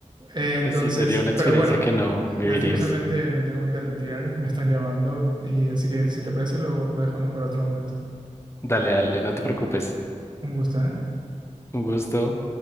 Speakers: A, on the right (about 35°); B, on the left (about 20°).
A: Eh, entonces,
B: Pues sí, sería una experiencia
A: pero bueno,
B: que no vivirías.
A: lastimosamente me tengo que retirar. Me están llamando y así que si te parece lo, lo dejamos para otro momento.
B: Dale, dale, no te preocupes.
A: Un gusto, ¿eh?
B: Un gusto.